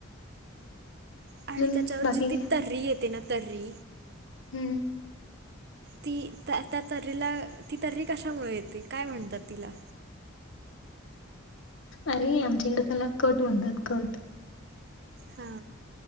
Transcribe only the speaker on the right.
आणि
त्याच्यावर
जी
ती तर्री येते ना तर्री
ती त्या त्या तर्रीला ती तर्री कशामुळे येते काय म्हणतात तिला?
हा.